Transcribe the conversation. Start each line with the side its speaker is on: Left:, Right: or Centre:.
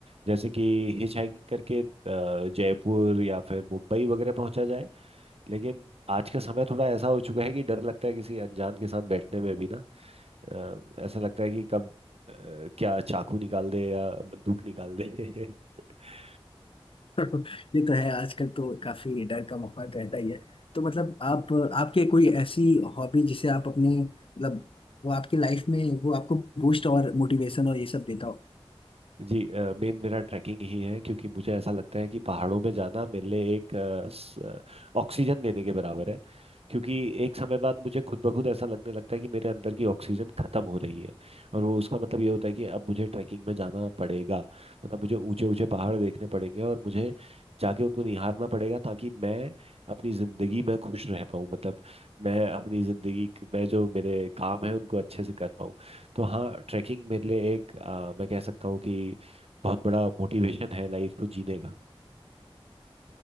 Right: जैसे कि हिच हाइकिंग करके अ, जयपुर या फिर मुंबई वगैरह पहुंचा जाए लेकिन आज का समय थोड़ा ऐसा हो चुका है कि डर लगता है किसी अनजान के साथ बैठने में भी ना अ, ऐसा लगता है कि कब अ, क्या चाकू निकाल दे या बंदूक निकाल दे <laughs>
Left: <laughs> ये तो है आजकल तो काफी डर का माहौल रहता ही है तो मतलब आप आपके कोई ऐसी हॉबी जिसे आप अपने मतलब वो आपकी लाइफ में वो आपको बूस्ट और मोटिवेशन और ये सब देता हो
Right: जी मेन मेरा ट्रैकिंग ही है क्योंकि मुझे ऐसा लगता है कि पहाड़ों में जाना मेरे लिए एक अ, स- अ, ऑक्सीजन लेने के बराबर है क्योंकि एक समय बाद मुझे खुद ब खुद ऐसा लगने लगता है कि मेरे अंदर की ऑक्सीजन खत्म हो रही है और वो उसका मतलब ये होता है कि अब मुझे ट्रैकिंग में जाना पड़ेगा मतलब मुझे ऊंचे ऊंचे पहाड़ देखने पड़ेंगे और मुझे जाके उनको निहारना पड़ेगा ताकि मैं अपनी जिंदगी में खुश रह पाऊँ मतलब मैं अपनी जिंदगी क- में जो मेरे काम है उनको अच्छे से कर पाऊँ तो हाँ ट्रैकिंग मेरे लिए एक आ, मैं कह सकता हूँ कि बहुत बड़ा मोटिवेशन है लाइफ को जीने का